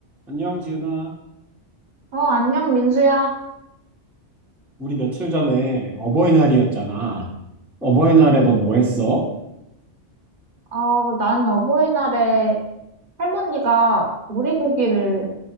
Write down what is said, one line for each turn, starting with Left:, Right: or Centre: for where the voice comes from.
Centre: 안녕, 지은아.
Right: 어, 안녕, 민수야.
Centre: 우리 며칠 전에 어버이날이었잖아. 어버이날에
Right: 응.
Centre: 너 뭐 했어?
Right: 어, 난 어버이날에 할머니가 오리고기를